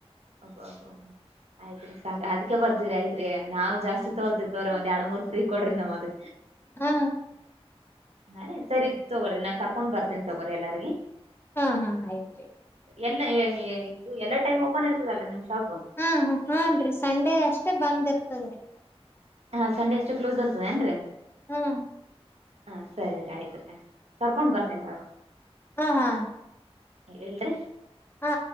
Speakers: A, on the right (about 80°); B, on the left (about 20°).
A: ಒಬ್ಬಬ ಆಯ್ತ್ರಿ ಸಾಕ ಅದ್ಕ್ಕೆ ಬರ್ತೀರಿ ಆಯತ್ರಿ ನಾವು ಜಾಸ್ತಿ ತಗೋತ ರೆ ಒಂದ್ ಎರಡು ಮೂರ್ ಫ್ರೀ ಕೊಡ್ರಿ ನಮ್ಮ್ ಅದ
B: ಹಾ
A: ಹಾಂೀ ಸರಿ ತೊಗೋ್ರಿ ನಾನ್ ಕರ್ಕೊಂಡ್ ಬರ್ತೇನಿ ತೊಗೋ್ರಿ ಎಲ್ಲಾರ್ೀ
B: ಹಾ ಹಾ ಆಯ್ತ್ರಿ
A: ಎಲ್ಲ ಇದು ಎಲ್ಲ ಟೈಮ್ ಓಪನ್ ಆತದಲ್ಲರಿ ನಿಮ್ ಶಾಪ್
B: ಹಾ ಹ ಹಾನ್ೀ ಸಂಡೇ ಅಷ್ಟೇ ಬಂದ್ ಇರ್ತದ್ರೀ
A: ಹಾ ಸಂಡೆ ಅಷ್ಟು ಕ್ಲೋಸ್ ಆರ್ತದೆದಏನ್ರಿ
B: ಹ್ಮ
A: ಹಾ ಸರಿ ಆಯ್ತ್ರಿ ಕರ್ಕೊಂಡ್ ಬರ್ತೇನ ತಗೋರಿ.
B: ಹಾ
A: ಹೇಳ್ರರಿ.
B: ಹಾ